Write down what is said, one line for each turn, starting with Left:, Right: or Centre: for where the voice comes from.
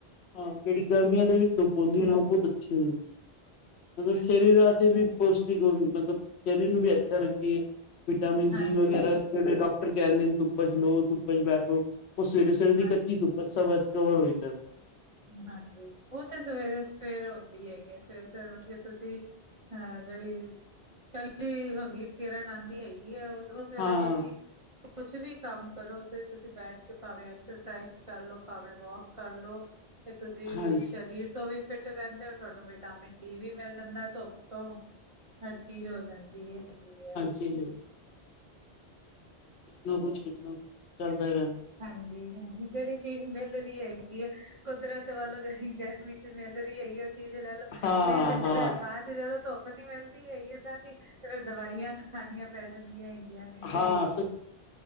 Left: ਹਾਂ ਜਿਹੜੀ ਗਰਮੀਆਂ ਦੇ ਵਿੱਚ ਧੁੱਪ ਹੁੰਦੀ ਹੈ ਨਾ ਉਹ ਬਹੁਤ ਅੱਛੀ ਹੁੰਦੀ ਹੈ। ਮਤਲਬ
Right: ਹਾਂਜੀ
Left: ਸਰੀਰ ਵਾਸਤੇ। ਵੀ ਪੌਸ਼ਟਿਕ ਮਤਲਬ ਸਰੀਰ ਨੂੰ ਵੀ ਅੱਛਾ ਰੱਖਦੀ ਹੈ। ਵਿਟਾਮਿਨ
Right: ਹਾਂਜੀ
Left: ਡੀ ਵਗੈਰਾ, ਜਿਹੜੇ ਡਾਕਟਰ ਕਹਿੰਦੇ ਨੇ ਧੁੱਪ ਚ ਲੋਓ, ਧੁੱਪ ਚ ਬੈਠੋ ਉਹ ਸਵੇਰੇ ਸਵੇਰੇ ਦੀ
Right: ਹਾਂਜੀ
Left: ਕੱਚੀ ਧੁੱਪ। ਮ ਸ ਬਸ ਕਵਰ ਹੋਈ।
Right: ਹਾਂਜੀ, ਉਹ ਤੇ ਸਵੇਰੇ ਸਵੇਰ ਆਉਂਦੀ ਹੈ ਹੀ ਹੈ, ਸਵੇਰੇ ਸਵੇਰੇ ਉੱਠੀ ਤੁਸੀਂ। ਹਾਂ ਜਿਹੜੀ ਪਹਿਲੀ ਹੁੰਦੀ ਹੈ ਕਿਰਨ ਆਂਦੀ ਹੈਗੀ ਹੈ ਉਸ ਵੇਲੇ
Left: ਹਾਂ
Right: ਤੁਸੀਂ। ਕੁਛ ਵੀ ਕੰਮ ਕਰੋ ਤੇ ਤੁਸੀਂ ਬੈਠ ਕੇ ਭਾਵੇਂ। ਐਕਸਰਸਾਈਜ਼ ਕਰ ਲੋ ਭਾਵੇਂ ਵੋਕ ਕਰ ਲਓ ਫਿਰ ਤੁਸੀਂ
Left: ਹਾਂਜੀ
Right: ਸਰੀਰ। ਤੋਂ ਵੀ ਫਿੱਟ ਰਹਿੰਦੇ ਹੋ ਤੁਹਾਨੂੰ ਵਿਟਾਮਿਨ ਡੀ ਵੀ ਮਿਲ ਜਾਂਦਾ ਧੁੱਪ ਤੋਂ। ਹਰ ਚੀਜ਼ ਹੋ ਜਾਂਦੀ ਹੈਗੀ ਹੈ।
Left: ਜੀ ਜੀ ਕੁਛ ਨਾ ਕੁਛ ਕੁਛ ਨਾ ਚਲਦਾ ਹੀ ਰਹਿੰਦਾ। ਸਰੀਰ
Right: ਹਾਂਜੀ,
Left: ਨਾਲ
Right: ਹਾਂਜੀ ਜਿਹੜੀ ਚੀਜ਼ ਮਿਲ ਰਹੀ ਹੈਗੀ ਹੈ, ਕੁਦਰਤ ਵੱਲੋਂ ਜਿਹੜੀ ਗਰਮੀ। ਮਿਲ ਰਹੀ ਹੈਗੀ ਉਹ ਚੀਜ਼ ਲੈ ਲਓ,
Left: ਹਾਂ
Right: ਨਹੀਂ ਤੇ
Left: ਹਾਂ
Right: ਫਿਰ ਬਾਅਦ। ਜਿਆਦਾ ਧੁੱਪ ਨੀ ਮਿਲਦੀ ਹੈਗੀ ਏਦਾਂ ਦੀ, ਤੇ ਫਿਰ ਦਵਾਈਆਂ ਖਾਣੀਆਂ ਪੈ ਜਾਂਦੀਆਂ ਹੈਗੀਆਂ ਨੇ।
Left: ਹਾਂ ਸ